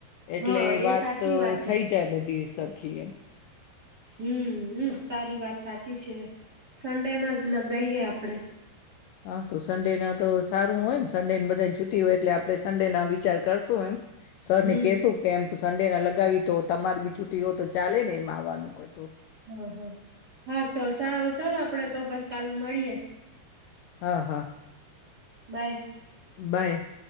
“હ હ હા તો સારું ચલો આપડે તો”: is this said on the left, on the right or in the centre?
Right